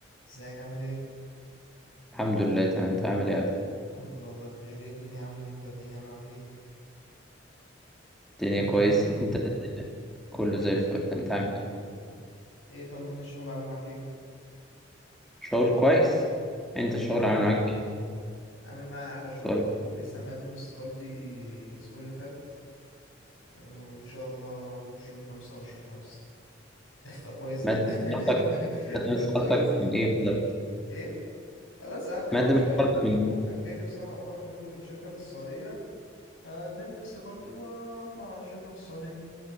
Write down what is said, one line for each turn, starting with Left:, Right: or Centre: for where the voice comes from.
Left: ازيك عامل ايه؟
Centre: الحمد لله تمام انت عامل ايه يا ادم
Left: الحمد لله والله بخير ايه الدنيا عامل انت الدنيا عامل معاك ايه؟
Centre: الدنيا
Left: كله تمام؟
Centre: كويس انت الدنيا كله
Left: الحمد
Centre: زي الفل انت عامل
Left: لله
Centre: ايه
Left: كله تمام ايه طمني الشغل عامل معاك ايه؟
Centre: شغل كويس
Left: كله
Centre: انت
Left: تمام؟
Centre: الشغل عامل معاك ايه
Left: عامل معايا احلى شغل
Centre: كله
Left: لسه مقدم استقالتي الاسبوع اللي فات وان شاء الله همشي يوم خمسة وعشرين خمسة <laughs> فكويس جدا
Centre: مادة مسقطك
Left: <laughs> ف-
Centre: مادة
Left: فكويس
Centre: مسقطك
Left: جدا
Centre: من ايه بالظبط
Left: ايه؟ خلاص قعدت
Centre: مادة
Left: معاهم شوية
Centre: مسقطك
Left: حلوين
Centre: من ايه؟
Left: وكان جاي لي بصراحة اوفر حلو من شركة في السعودية فقدمت استقالتي واطلع على شركة في السعودية